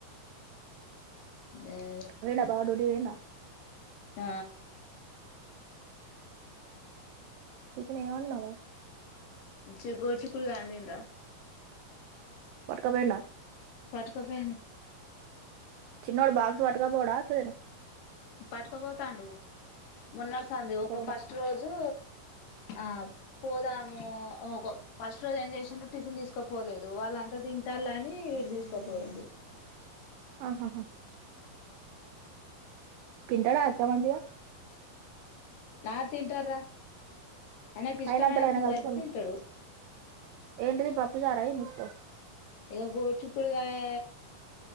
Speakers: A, on the left; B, on the right.
A: అదే
B: పొయిండా బావ డ్యూటీకి పోయిండా
A: ఆ
B: టిఫిన్ ఏం అండినవ్ మరి
A: చి గొడ్చికుడు కాయ అండిన్రా
B: పట్కా పోయిండా
A: పట్క పోయిండు
B: చిన్నోడు బాక్స్ పట్కపోడా <inaudible>
A: పట్టుకోపోతాండు. మున్నట్సంది
B: పట్టుకపోతా
A: ఒక ఫస్ట్ రోజు ఆ పోదాము ఫస్ట్ రోజు ఏం చేసిండు టిఫిన్ తీసుకోపోలేదు వాళ్ళ అంతా తింటాలని వీడ్ తీసుకుపోయిండు.
B: ఆహాహా తింటడా అత్త మంచిగా
A: ఆ తింటడ్ రా ఆయినకి ఇష్టమైన
B: అయినంతలో ఆయన
A: కూర
B: కలుపుకొని
A: అయితే తింటడు.
B: ఏంటిది <inaudible>
A: ఇగ గోడ్చికుడుగాయ